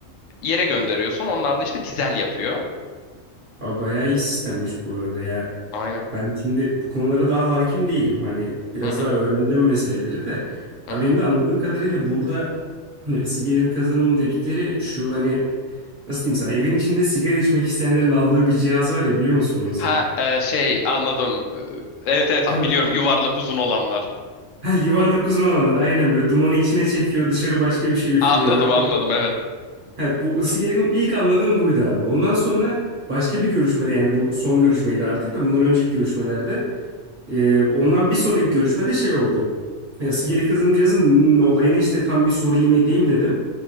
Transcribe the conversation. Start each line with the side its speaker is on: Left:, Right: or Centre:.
Left: yere gönderiyorsun. Onlar da işte dizel yapıyor.
Right: Abi bayağı iyi sistemmiş bu arada ya.
Left: Aynen.
Right: Ben şimdi bu konulara daha hakim değilim. Hani biraz
Left: Hı hı.
Right: daha öğreneceğim meseleleri de.
Left: Hı
Right: Abi
Left: hı.
Right: benim de anladığım kadarıyla burada hani ısı gerilim kazanım dedikleri şu hani nasıl diyeyim sana evin içinde sigara içmek isteyenlerin aldığı bir cihaz var ya biliyor musun onu sen?
Left: Ha e, şey anladım. Evet evet
Right: <laughs>
Left: biliyorum yuvarlak uzun olanlar.
Right: Ha, yuvarlak uzun olanlar aynen böyle dumanı içine çekiyor dışarı başka bir şey üflüyor
Left: Anladım anladım evet.
Right: He, bu ısı gerilimi ilk anladığım buydu abi. Ondan sonra başka bir görüşmede yani bu son görüşmeydi artık da bundan önceki görüşmelerde e, ondan bir sonraki görüşmede şey oldu. E, Isı geri kazanım cihazının olayına işte tam bir sorayım edeyim dedim.